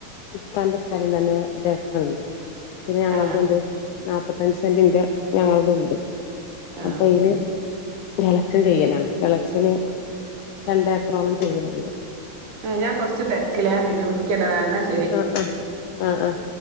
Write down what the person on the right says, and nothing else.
ആഹ്
ആഹ്
ഞാൻ കൊറച്ച് തിരക്കില്ല ഞാന് പിന്നെ വിളിക്കിട്ട അന്നേ